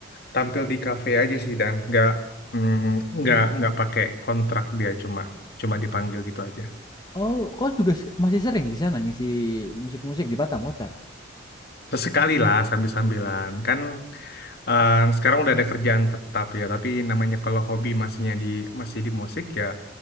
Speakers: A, on the left; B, on the left.
A: tampil di kafe aja sih dan nggak mm, nggak nggak pakai kontrak dia cuma cuma dipanggil gitu aja.
B: Oh, kau juga se- masih sering di sana ngisi musik-musik di Batam, Kocar?
A: Sesekali lah sambil-sambilan kan eh, sekarang udah ada kerjaan tetap ya. Tapi namanya kalau hobi masihnya di masih di musik ya